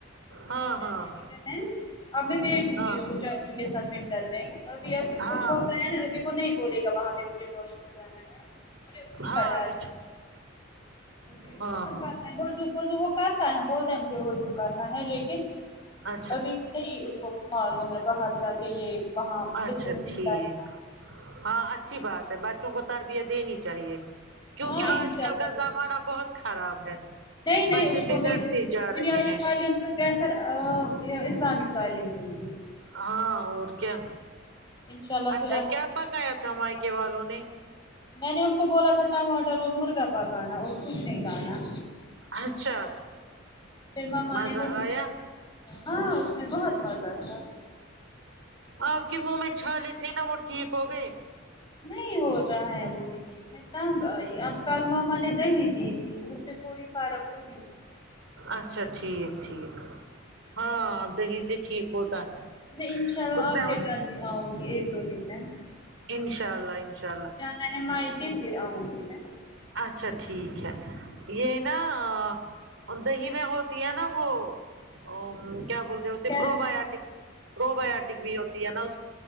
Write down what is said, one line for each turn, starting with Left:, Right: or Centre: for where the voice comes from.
Right: ہاں
Left: اور چچیری
Right: ہاں
Left: بہن اب میں بھیجوں
Right: ہاں
Left: گی اس کو چاچو کے ساتھ ونٹر میں ابھی ابھی
Right: ہاں
Left: چھوٹا ہے نا اب وہ نہیں بولے گا وہاں پہ مجھے واش روم جانا ہے مجھے اسی کا
Right: ہاں
Left: ڈر
Right: بچھو
Left: ہے ابھی اس
Right: ہاں
Left: بہت
Right: ہاں
Left: بار وضو وضو وہ کرتا ہے بولتا ہے مجھے وضو کرنا ہے لی
Right: ہاں
Left: ابھی نہیں اس کو معلوم ہے باہر جا کے یہ وہاں
Right: اچھا
Left: اسں
Right: ٹھیک
Left: کرنا ہے
Right: ہاں اچھی بات ہے بچوں کو تربیت دینی چاہیے کیونکہ
Left: ہاں انشاء
Right: آج کل
Left: اللہ
Right: کا
Left: دوں
Right: زمانہ
Left: گی
Right: بہت خراب ہے
Left: نہیں نہیں
Right: بچے
Left: کو
Right: بگڑتے
Left: میں
Right: جا
Left: دنیائی
Right: رہے ہیں
Left: تعلیم اس سے بہتر آ یا اسلامک تعلیم دوں گی
Right: ہاں اور کیا
Left: انشاء اللہ
Right: اچھا
Left: پھر
Right: کیا
Left: انسان
Right: پکایا
Left: بنے
Right: تھا مائکے
Left: گا
Right: والوں نے
Left: میں نے ان کو بولا تھا ٹماٹر اور مرغا پکانا اور کچھ نہیں لانا
Right: اچھا
Left: پھر ماما
Right: مزہ
Left: نے وہی
Right: آیا
Left: ہاں اس میں بہت مزہ تھا
Right: آپ کے منہ میں چھالے تھے اب وہ ٹھیک ہو گئے
Left: نہیں ہو رہا ہے وہ ٹھیک میں تنگ آئی اب کل ماما نے دہی دی تھی پھر تھوڑی فارق ہوگی
Right: اچھا ٹھیک ٹھیک ہاں دہی سے ٹھیک ہوتا ہے
Left: میں انشاء اللہ
Right: اس
Left: آپ
Right: میں
Left: کے گھر پہ آؤں گی ایک دو دن میں
Right: انشاء اللہ انشاء اللہ
Left: پہلے میکہ پھر آؤں گی میں
Right: اچھا ٹھیک ہے یہ نا اور دہی میں ہوتی ہے نا وہ ا کیا بول تے اسے
Left: calcium
Right: pro biotic probiotic بھی ہوتی ہے نا اس